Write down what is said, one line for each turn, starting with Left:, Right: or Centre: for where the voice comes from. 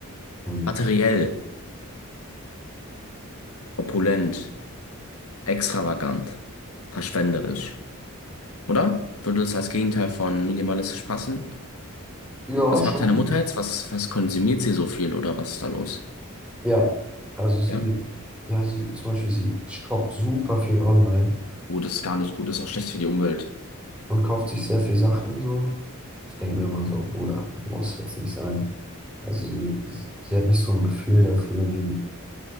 Centre: Ähm,
Left: Materiell, opulent. extravagant, verschwenderisch, oder? Würde das als Gegenteil von minimalistisch passen?
Centre: ja,
Left: Was
Centre: schon.
Left: macht deine Mutter jetzt? Was, was konsumiert sie so viel oder was ist da los?
Centre: Ja, also sie,
Left: Ja?
Centre: ja, sie, zum Beispiel, sie shoppt super viel online.
Left: Oh, das ist gar nicht gut, das ist auch schlecht für die Umwelt.
Centre: und kauft sich sehr viel Sachen so. Ich denke mir immer so, Bruder, du brauchst jetzt nicht sagen. Also sie sie hat nicht so ein Gefühl dafür, wie,